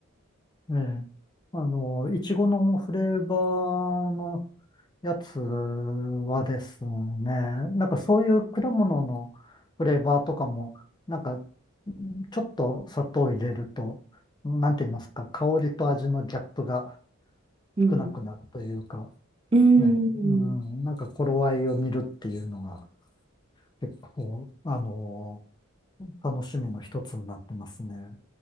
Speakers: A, on the left; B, on the right.
A: ええ。あの、いちごのフレーバーのやつはですね、なんかそういう果物のフレーバーとかも、なんかちょっと砂糖を入れると、なんて言いますか、香りと味のギャップが
B: うん
A: 少なくなるというか、
B: うーん、
A: ね、うん、なんか頃合いを見るっていうのが結構、あの楽しみの一つになってますね。